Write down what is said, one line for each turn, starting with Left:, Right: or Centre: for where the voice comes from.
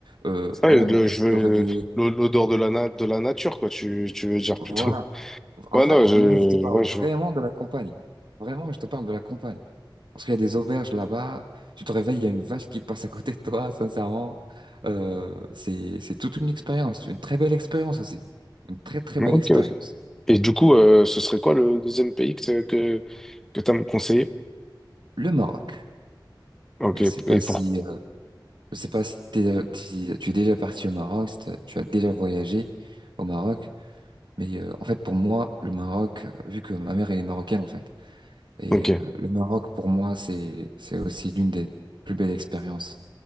Right: Euh,
Centre: Ah,
Right: voilà,
Centre: le-
Right: donc
Centre: je veux
Right: te réveiller.
Centre: l'o- l'odeur de la, na- de la nature, quoi, tu, tu veux dire
Right: Voilà.
Centre: plutôt. <laughs>
Right: En
Centre: Ouais,
Right: fait,
Centre: non, je,
Right: moi, je te parle
Centre: ouais, je
Right: vraiment
Centre: vois.
Right: de la campagne. Vraiment, je te parle de la campagne. Parce qu'il y a des auberges là-bas. Tu te réveilles, il y a une vache qui passe à côté de toi, sincèrement. Euh, c'est, c'est toute une expérience, une très belle expérience aussi. Une très, très
Centre: Ok,
Right: belle expérience.
Centre: ok. Et du coup, euh, ce serait quoi le deuxième pays que, que, que tu as me conseillé?
Right: Le Maroc.
Centre: Ok,
Right: Je sais pas
Centre: et
Right: si,
Centre: pour...
Right: euh, je sais pas si, t'es- si tu es déjà parti au Maroc, si t'as- tu as déjà voyagé au Maroc. Mais euh, en fait, pour moi, le Maroc, vu que ma mère, elle est marocaine, en fait. Et
Centre: Ok.
Right: euh, le Maroc, pour moi, c'est c'est aussi l'une des plus belles expériences,